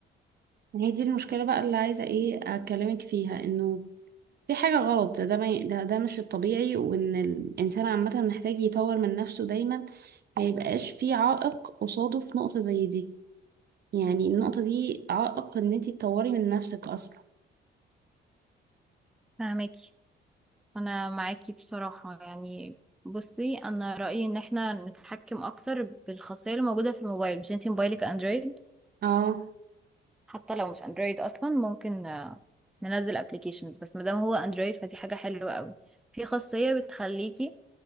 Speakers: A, on the right; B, in the centre.
A: هي دي المشكله بقى اللي عايزه ايه اكلمك فيها انه في حاجة غلط ده ما ي- ده ده مش الطبيعي وإن الإنسان عامة محتاج يطور من نفسه دايما ما يبقاش في عائق قصاده في نقطة زي دي يعني النقطة دي عائق ان انتي تطوري من نفسك اصلا
B: فهماكي أنا معاكي بصراحة يعني بصي أنا رأيي إن احنا نتحكم أكتر بالخاصية اللي موجودة في الموبايل مش انتي موبايلك أندرويد
A: اه
B: حتى لو مش اندرويد اصلا ممكن آه، ننزل ابلكيشنز بس مادام هو اندرويد فدي حاجه حلوه قوي في خاصيه بتخليكي